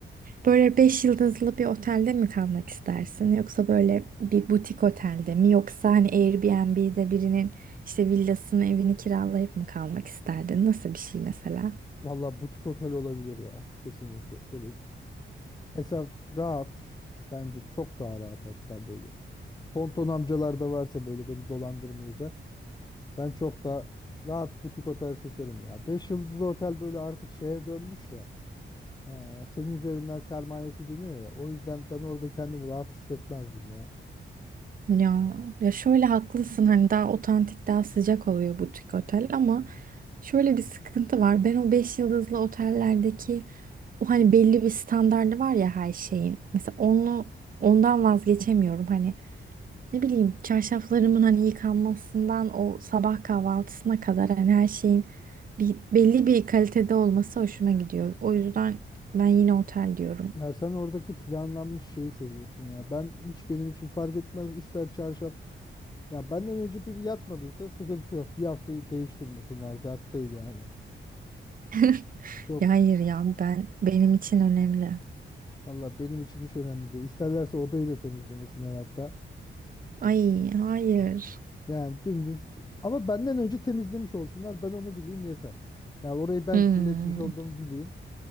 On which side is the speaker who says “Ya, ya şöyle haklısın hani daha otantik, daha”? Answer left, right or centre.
Right